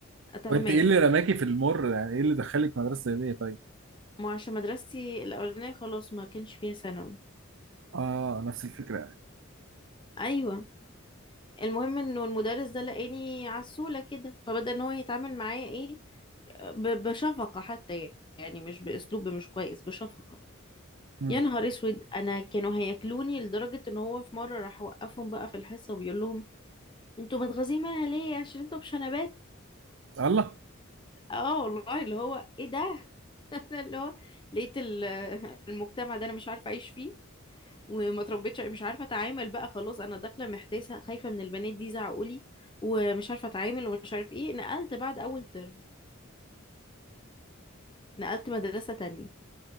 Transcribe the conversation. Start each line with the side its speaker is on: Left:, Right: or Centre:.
Left: آه، تمام
Right: وانت ايه اللي رماكي في المر يعني ايه اللي دخلك مدرسه زي دي طيب
Left: ما عشان مدرستي الأولانية خلاص ما كانش فيها ثانوي
Right: اه نفس الفكره يعني
Left: ايوه المهم انه المدرس ده لقاني عسولة كده فبدأ ان هو يتعامل معايا ايه ب- بشفقة حتى يعني مش باسلوب مش كويس بشفقة
Right: مم.
Left: يا نهار اسود انا كانوا هياكلوني لدرجة ان هو في مرة راح وقفهم بقى في الحصة وبيقول لهم انتوا متغاظين منها ليه عشان انتوا بشنبات
Right: الله
Left: اه والله اللي هو ايه ده <laughs> انا اللي هو لقيت ال- المجتمع ده انا مش عارفة اعيش فيه وما تربيتش مش عارفه اتعامل بقى خلاص انا داخله محتاسه خايفه من البنات دي زعقولي ومش عارفه اتعامل ومش عارف ايه نقلت بعد اول ترم نقلت مدرسه تانية